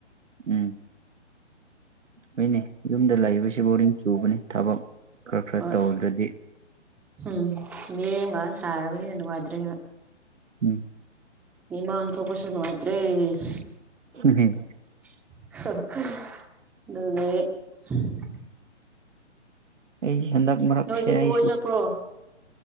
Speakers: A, on the right (about 80°); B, in the centre.
A: ꯎꯝ ꯍꯣꯏꯅꯦ ꯌꯨꯝꯗ ꯂꯩꯕꯁꯤ ꯕꯣꯔꯤꯡ ꯆꯨꯕꯅꯤ ꯊꯕꯛ ꯈꯔ ꯈꯔ
B: ꯍꯣꯏ
A: ꯇꯧꯗ꯭ꯔꯗꯤ
B: ꯎꯝ ꯃꯤꯔꯦꯝꯒ ꯁꯥꯔꯕꯅꯤꯅ ꯅꯨꯡꯉꯥꯏꯇ꯭ꯔꯦ
A: ꯎꯝ
B: ꯅꯤꯡꯃꯜ ꯊꯀꯣꯁꯤꯅꯋꯥꯇ꯭ꯔꯦ <unintelligible>
A: ꯍꯝ ꯍꯝ
B: ꯑꯗꯨꯅꯦ ꯎꯝ
A: ꯑꯩ ꯍꯟꯗꯛ ꯃꯔꯛꯁ
B: ꯅꯣꯏꯗꯤ ꯀꯣꯏ
A: ꯑꯁꯨ
B: ꯆꯠꯄ꯭ꯔꯣ